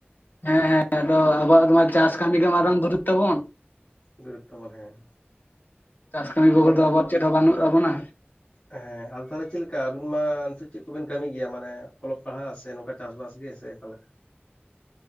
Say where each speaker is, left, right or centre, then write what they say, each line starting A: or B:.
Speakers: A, on the left; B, on the left.
A: ᱦᱮᱸ ᱦᱮᱸ ᱟᱫᱚ ᱟᱵᱚᱣᱟᱜ ᱪᱟᱥ ᱠᱟᱹᱢᱤ ᱜᱮ ᱢᱟᱨᱟᱝ ᱫᱩᱨᱩᱵ ᱛᱟᱵᱚᱱ
B: ᱫᱩᱨᱤᱵ ᱛᱟᱵᱚᱱ ᱦᱮᱸ
A: ᱪᱟᱥ ᱠᱟᱹᱢᱤ ᱵᱮᱜᱟᱨ
B: ᱟᱫᱚ
A: ᱫᱚ
B: ᱛᱟᱜ
A: ᱟᱵᱟᱣᱟᱜ ᱪᱮᱫ ᱦᱚᱸ ᱵᱟᱱᱩᱜ ᱛᱟᱵᱚᱱᱟ᱾
B: ᱦᱮᱸ ᱟᱫᱚ ᱛᱟᱦᱚᱞᱮ ᱪᱮᱫ ᱞᱮᱠᱟ ᱟᱵᱤᱱ ᱢᱟ ᱱᱤᱛᱚᱜ ᱪᱮᱫ ᱠᱚᱵᱤᱱ ᱠᱟᱹᱢᱤ ᱜᱮᱭᱟ? ᱢᱟᱱᱮ ᱚᱞᱚᱜ ᱯᱟᱲᱦᱟᱜ ᱥᱮ ᱱᱚᱝᱠᱟ ᱪᱟᱥᱵᱟᱥ ᱜᱮ ᱥᱮ ᱚᱠᱟᱞᱮᱠᱟ?